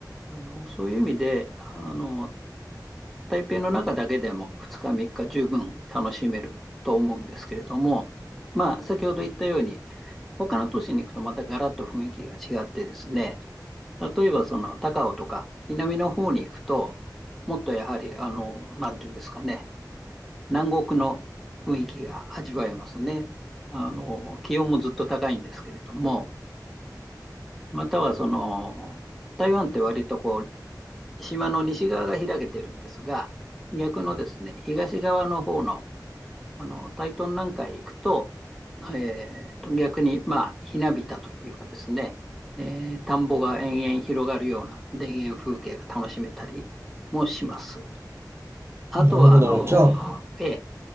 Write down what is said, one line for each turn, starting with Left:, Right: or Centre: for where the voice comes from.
Centre: あの、そういう意味で、あの、台北の中だけでも2日3日十分楽しめると思うんですけれども、まあ、先ほど言ったように、他の都市に行くとまたガラッと雰囲気が違ってですね、例えばその高尾とか南の方に行くと、もっとやはり、あの、なんていうんですかね、南国の雰囲気が味わえますね。あの、気温もずっと高いんですけれども、またはその、台湾って割とこう、島の西側が開けてるんですが、逆のですね、東側の方のあの、タイトンなんかへ行くと、えーと、逆に、まあ、ひなびたというかですね、えー田んぼが延々広がるような田園風景が楽しめたりもします。あとは、
Right: なるほど。
Centre: あの、
Right: じゃあ、
Centre: ええ、